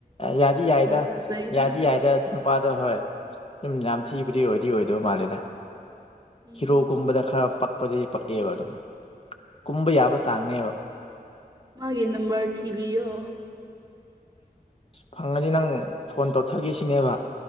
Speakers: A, on the left; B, on the right.
A: ꯌꯥꯗꯤ ꯌꯥꯏꯗ
B: ꯐꯖꯩꯗ
A: ꯌꯥꯗꯤ ꯌꯥꯏꯗ ꯑꯗꯨ ꯅꯨꯄꯥꯥꯗ ꯍꯣꯏ ꯁꯨꯝ ꯌꯥꯝ ꯊꯤꯕꯗꯤ ꯑꯣꯏꯗꯤ ꯑꯣꯏꯗꯣꯏ ꯃꯥꯜꯂꯦꯗ
B: ꯎꯝ
A: ꯍꯤꯔꯣꯒꯨꯝꯕꯗ ꯈꯔ ꯄꯛꯄꯗꯨꯗꯤ ꯄꯛꯑꯦꯕ ꯑꯗꯨꯝ ꯀꯨꯝꯕ ꯌꯥꯕ ꯆꯥꯡꯅꯦꯕ
B: ꯃꯥꯒꯤꯦ ꯅꯝꯕꯔ ꯊꯤꯕꯤ ꯌꯣ
A: ꯑ ꯐꯪꯉꯗꯤ ꯅꯪ ꯐꯣꯟ ꯇꯧꯊꯒꯦꯁꯤꯅꯦꯕ